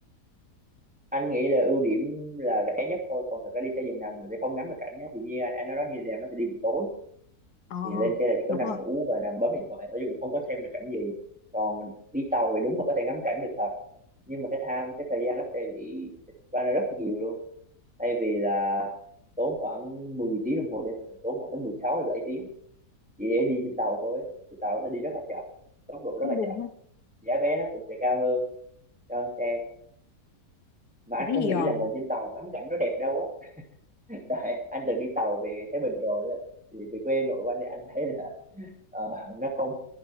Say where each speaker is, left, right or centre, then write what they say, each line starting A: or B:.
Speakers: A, in the centre; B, on the left.
A: anh nghĩ là ưu điểm là rẻ nhất thôi còn thật ra đi xe giường nằm mình sẽ không ngắm được cảnh nhé thì như anh, anh nói đó như là nó sẽ đi buổi tối
B: Ờ
A: thì lên xe là chỉ có
B: đúng
A: nằm
B: rồi
A: ngủ và nằm bấm điện thoại thôi chứ cũng không có xem được cảnh gì còn đi tàu thì đúng là có thể ngắm cảnh được thật nhưng mà cái time cái thời gian nó sẽ bị expand ra rất nhiều luôn thay vì là tốn khoảng 10 tiếng đồng hồ thì phải tốn khoảng tới 16 hay 7 tiếng chỉ để đi trên tàu thôi thì tàu nó đi rất là chậm tốc độ rất
B: cũng
A: là
B: đúng
A: chậm giá vé nó cũng sẽ cao hơn cao hơn xe mà anh
B: Thế thì
A: không nghĩ
B: ờ,
A: là ngồi trên tàu ngắm cảnh nó đẹp đâu á <laughs> tại anh từng đi tàu về Thái Bình rồi á thì về quê nội của anh thì anh thấy là ờ, nó không